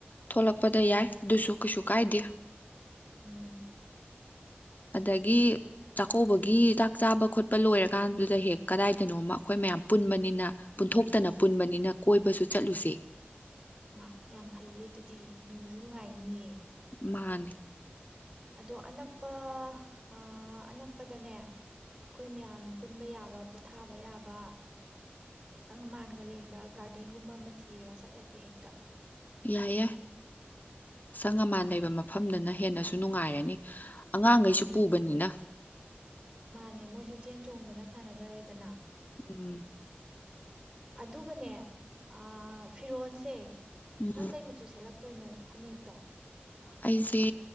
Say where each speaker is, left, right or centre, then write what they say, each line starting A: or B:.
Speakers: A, on the left; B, on the right.
A: ꯊꯣꯛꯂꯛꯄꯗ ꯌꯥꯏ ꯑꯗꯨꯁꯨ ꯀꯩꯁꯨ ꯀꯥꯏꯗꯦ
B: ꯎꯝ
A: ꯑꯗꯒꯤ ꯆꯥꯛꯀꯧꯕꯒꯤ ꯆꯥꯛ ꯆꯥꯕ ꯈꯣꯠꯄ ꯂꯣꯏꯔꯀꯥꯟꯗꯨꯗ ꯍꯦꯛ ꯀꯗꯥꯏꯗꯅꯣꯃ ꯑꯩꯈꯣꯏ ꯃꯌꯥꯝ ꯄꯨꯟꯕꯅꯤꯅ ꯄꯨꯟꯊꯣꯛꯇꯅ ꯄꯨꯟꯕꯅꯤꯅ ꯀꯣꯏꯕꯁꯨ ꯆꯠꯂꯨꯁꯦ
B: ꯃꯥ ꯌꯥꯝ ꯐꯩꯌꯦ ꯑꯗꯨꯗꯤ ꯅꯨꯡꯁꯨ ꯅꯨꯡꯉꯥꯏꯅꯤꯌꯦ
A: ꯃꯥꯅꯤ
B: ꯑꯗꯣ ꯑꯅꯛꯄ ꯑ ꯑꯅꯛꯄꯗꯅꯦ ꯑꯈꯣꯏ ꯃꯌꯥꯝ ꯄꯨꯟꯕ ꯌꯥꯕ ꯄꯣꯊꯥꯕ ꯌꯥꯕ ꯑꯁꯪ ꯑꯃꯥꯟꯒ ꯂꯩꯕ ꯒꯥꯔꯗꯦꯟꯒꯨꯝꯕ ꯑꯃ ꯊꯤꯔꯒ ꯆꯠꯂꯁꯦ ꯍꯦꯛꯇ
A: ꯌꯥꯏ ꯌꯥꯏ ꯁꯪ ꯑꯃꯥꯟ ꯂꯩꯕ ꯃꯐꯝꯗꯅ ꯍꯦꯟꯅꯁꯨ ꯅꯨꯡꯉꯥꯏꯔꯅꯤ ꯑꯉꯥꯡꯈꯩꯁꯨ
B: ꯅꯨꯡꯉꯥꯏꯗꯣꯏꯅꯦ
A: ꯄꯨꯕꯅꯤꯅ
B: ꯃꯥꯅꯦ ꯃꯣꯏꯁꯨ ꯆꯦꯟ ꯆꯣꯡꯗꯅ ꯁꯥꯟꯅꯖꯔꯦꯗꯅ
A: ꯎꯝ
B: ꯑꯗꯨꯒꯅꯦ ꯑ ꯐꯤꯔꯣꯟꯁꯦ
A: ꯎꯝ
B: ꯅꯪ ꯀꯩ ꯃꯆꯨ ꯁꯦꯠꯂꯛꯇꯣꯏꯅꯣ ꯐꯅꯦꯛꯇꯣ
A: ꯑꯩꯁꯦ